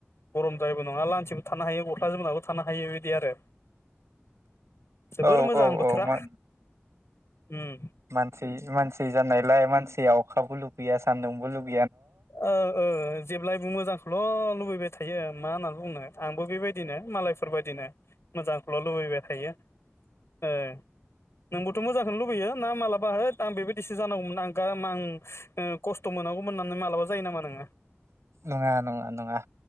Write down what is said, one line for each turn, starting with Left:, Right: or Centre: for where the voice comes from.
Left: गरमद्रायबो नङा लान्सिबो थानो हायो गस्ला जोमनाबो थानो हायो बेबायदि आरो जोबोर
Right: औ
Left: मोजां
Right: औ
Left: बोथोरा
Right: औ मा
Left: ओम
Right: मानसि मानसि जानायलाय मानसि आ अखाबो लुगैया सान्दुंबो लुगै
Left: ओं ओ <unintelligible> जेब्लायबो मोजांखौल' लुबैबाय थायो मा होना बुंनो आंबो बेबायदिनो मालायफोरबायदिनो मोजांखौल' लुबैबाय थायो ओ नोंबोथ' मोजांखौनो लुबैयो ना मालाबा होत आं बेबायदिसो जानांगौमोन आं <unintelligible> ओ खस्थ' मोनागौ मोननानै मालाबाज जायो नामा नोङो?
Right: नङा नङा नङा